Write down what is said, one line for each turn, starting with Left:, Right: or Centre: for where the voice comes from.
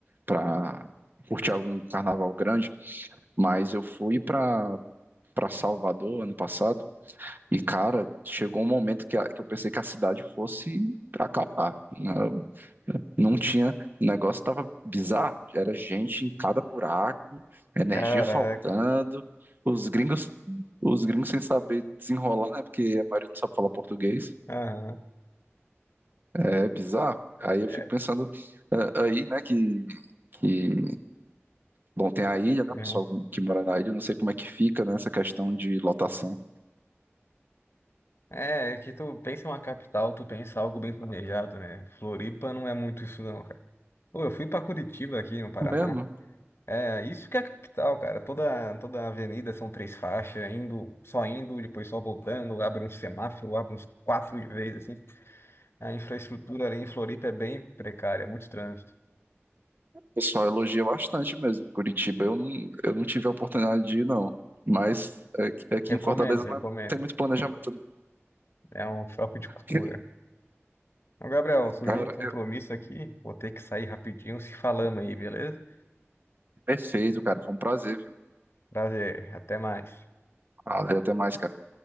Right: para curtir algum carnaval grande, mas eu fui para para Salvador ano passado e cara, chegou um momento que, a- que eu pensei que a cidade fosse acabar. Não, não tinha, o negócio tava bizarro, era gente em cada buraco, energia
Left: caraca.
Right: faltando, os gringos, os gringos sem saber desenrolar, né? Porque a maioria não sabe falar português.
Left: Aham.
Right: É bizarro. Aí eu
Left: É,
Right: fico pensando eh, aí, né, que, que Bom, tem a ilha, né?
Left: né?
Right: O pessoal que mora na ilha, eu não sei como é que fica, né? Essa questão de lotação.
Left: É, que tu pensa em uma capital, tu pensa algo bem planejado, né? Floripa não é muito isso não, cara. Pô, eu fui pra Curitiba aqui no Paraná.
Right: Mesmo, o
Left: É, isso que é a capital, cara. Toda toda a avenida são três faixas, indo, só indo, depois só voltando, abre um semáforo, abre uns quatro de vez assim. A infraestrutura ali em Floripa é bem precária, é muito trânsito.
Right: pessoal elogia bastante mesmo. Curitiba, eu não, eu não tive a oportunidade de ir, não. Mas aqui, aqui
Left: Recomendo,
Right: em Fortaleza
Left: recomendo.
Right: não é, tem muito planejamento, não.
Left: É um choque
Right: <laughs>
Left: de cultura. Então, Gabriel, surgiu
Right: Cara,
Left: um compromisso
Right: eu-
Left: aqui, vou ter que sair rapidinho, se falamos aí, beleza?
Right: perfeito, cara. Foi um prazer, viu?
Left: Prazer, até mais.
Right: Valeu, até mais, cara.